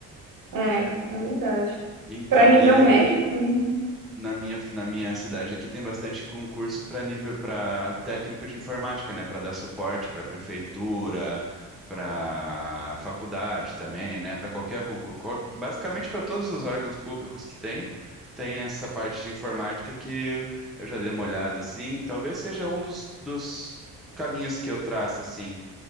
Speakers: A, on the right (about 45°); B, in the centre.
A: É, é verdade.
B: Então,
A: Para nível
B: e aí,
A: médio também, né?
B: na minha, na minha cidade aqui tem bastante concurso para nível para técnico de informática, né? Para dar suporte para prefeitura, para faculdade também, né? Para qualquer concurso, basicamente para todos os órgãos públicos que tem, tem essa parte de informática que eu já dei uma olhada assim. Talvez seja um dos, dos caminhos que eu traço assim.